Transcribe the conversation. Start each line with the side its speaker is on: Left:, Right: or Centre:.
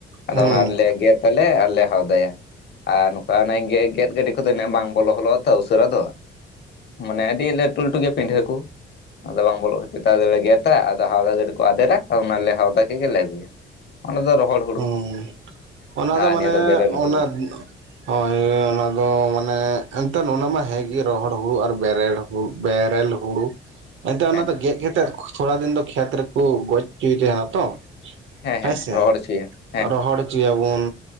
Left: ᱟᱫᱚ
Right: ᱦᱩᱸ
Left: ᱚᱱᱟ ᱨᱮᱞᱮ ᱜᱮᱫ ᱟᱞᱮ ᱟᱨᱞᱮ ᱦᱟᱣᱫᱟᱭᱟ᱾ ᱟᱨ ᱱᱚᱝᱠᱟ ᱚᱱᱮ ᱜᱮ ᱜᱮᱫ ᱜᱟᱹᱰᱤ ᱠᱚᱫᱚ ᱩᱱᱟᱹᱜ ᱵᱟᱝ ᱵᱚᱞᱚ ᱵᱚᱞᱚᱜᱼᱟ ᱛᱚ ᱩᱥᱟᱹᱨᱟ ᱫᱚ᱾ ᱢᱟᱱᱮ ᱟᱹᱰᱤ ᱞᱟᱹᱴᱩ ᱞᱟᱹᱴᱩ ᱜᱮᱭᱟ ᱯᱤᱰᱦᱟᱹ ᱠᱚ ᱟᱫᱚ ᱵᱟᱝ ᱵᱚᱞᱚᱜ ᱠᱷᱟᱹᱛᱤᱨ ᱛᱮ ᱟᱫᱚ ᱞᱮ ᱜᱮᱫ᱾ ᱟᱫᱚ ᱦᱟᱣᱫᱟ ᱜᱟᱹᱰᱤ ᱠᱚ ᱟᱫᱮᱨᱟ ᱚᱱᱟᱞᱮ ᱦᱟᱣᱫᱟ ᱠᱮᱜ ᱜᱮᱞᱮ ᱟᱹᱜᱩᱭᱟ ᱚᱱᱟ ᱫᱚ ᱨᱚᱦᱚᱲ᱾ ᱦᱩᱲᱩ
Right: ᱦᱩᱸ ᱚᱱᱟ
Left: ᱟᱨ
Right: ᱫᱚ ᱢᱟᱱᱮ
Left: ᱱᱤᱭᱟᱹ ᱵᱮᱨᱮᱞ ᱦᱩᱲᱩ
Right: ᱚᱱᱟ᱾ ᱦᱚᱭ ᱚᱱᱟᱫᱚ ᱢᱟᱱᱮ ᱮᱱᱛᱮ ᱚᱱᱟ ᱢᱟ ᱦᱮᱸᱜᱮ ᱨᱚᱦᱚᱲ ᱦᱩᱲᱩ ᱟᱨ ᱵᱮᱨᱮᱲ᱾ ᱵᱮᱨᱮᱞ ᱦᱩᱲᱩ᱾ ᱮᱱᱛᱮᱜ
Left: ᱦᱮᱸ
Right: ᱚᱱᱟ ᱫᱚ ᱜᱮᱫ ᱠᱟᱛᱮᱜ ᱛᱷᱚᱲᱟ ᱫᱤᱱ ᱫᱚ ᱠᱷᱮᱛ ᱨᱮᱠᱚ ᱜᱚᱡ ᱦᱚᱪᱚᱭᱮᱫ ᱛᱟᱦᱮᱱᱟ ᱛᱚ᱾
Left: ᱦᱮᱸ
Right: ᱦᱮᱸᱥᱮ
Left: ᱦᱮᱸ ᱨᱚᱦᱚᱲ ᱦᱚᱪᱚᱭᱟ ᱾
Right: ᱨᱚᱦᱚᱲ ᱦᱚᱪᱚᱭᱟᱵᱩᱱ